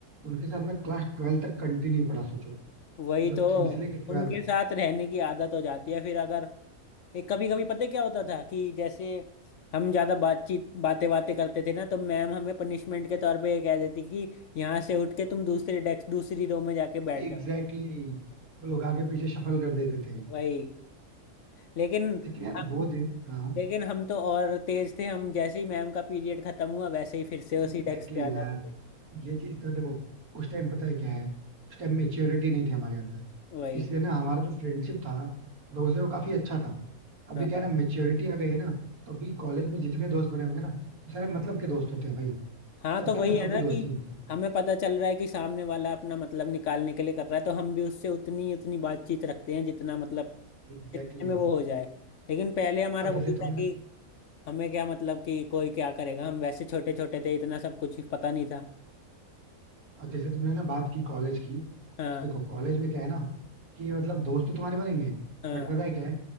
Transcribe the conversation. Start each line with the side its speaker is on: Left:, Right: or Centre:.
Right: उनके साथ मैं क्लास ट्वेल्थ तक कंटिन्यू पढ़ा सोचो
Left: वही
Right: मतलब
Left: तो
Right: थ्री से लेकर ट्वेल्थ
Left: उनके साथ रहने की आदत हो जाती है फिर अगर एक कभी कभी पता है क्या होता था कि जैसे हम ज्यादा बातचीत बातें बातें करते थे ना तो मैम हमें पनिशमेंट के तौर पे ये कह देती कि यहाँ से उठ के तुम दूसरे डेस्क दूसरी रो में जाके बैठ
Right: एग्जैक्टली
Left: जाओ
Right: exactly, वो लोग आगे पीछे शफल कर देते थे
Left: वही लेकिन
Right: लेकिन यार
Left: हम
Right: वो दिन हाँ
Left: लेकिन हम तो और तेज थे हम जैसे ही मैम का पीरियड खत्म हुआ वैसे ही फिर से
Right: एग्जैक्टली
Left: उसी डेस्क पे
Right: exactly
Left: आ जाते
Right: यार
Left: थे
Right: ये चीज तो देखो उस टाइम पता है क्या है उस टाइम मेच्योरिटी नहीं थी हमारे अंदर
Left: वही
Right: इसलिए ना हमारा जो फ्रेंडशिप था लोगों से वो काफी अच्छा था अभी
Left: हाँ
Right: क्या है ना मेच्योरिटी आ गई है ना तो अभी कॉलेज में जितने दोस्त बने होंगे ना वो सारे मतलब के दोस्त होते हैं भाई
Left: हाँ
Right: सबकी
Left: तो वही
Right: मतलब
Left: है ना
Right: की दोस्ती
Left: कि
Right: होती है
Left: हमें पता चल रहा है कि सामने वाला अपना मतलब निकालने के लिए कर रहा है तो हम भी उससे उतनी उतनी बातचीत रखते हैं जितना मतलब
Right: Exactly
Left: जितने
Right: exactly.
Left: में वो हो जाए लेकिन पहले हमारा
Right: और
Left: वही
Right: जैसे तुमने
Left: था कि हमें क्या मतलब कि कोई क्या करेगा हम वैसे छोटे छोटे थे इतना सब कुछ पता नहीं था
Right: और जैसे तुमने ना बात की कॉलेज की तो
Left: हाँ
Right: देखो कॉलेज में क्या है ना कि मतलब दोस्त तो तुम्हारे बनेंगे
Left: हाँ
Right: बट पता है क्या है